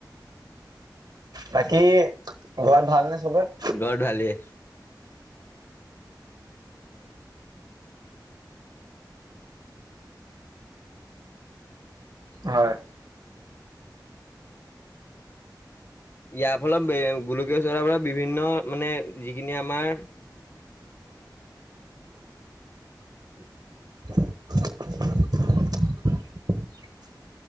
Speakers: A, on the right; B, on the left.
A: বাকী ঘৰত ভালনে চবৰে?
B: ঘৰ ঢালি
A: হয়।
B: ইয়াৰ ফলত মে গোলকীয় <unintelligible> বিভিন্ন মানে যিখিনি আমাৰ <inaudible>
A: <inaudible>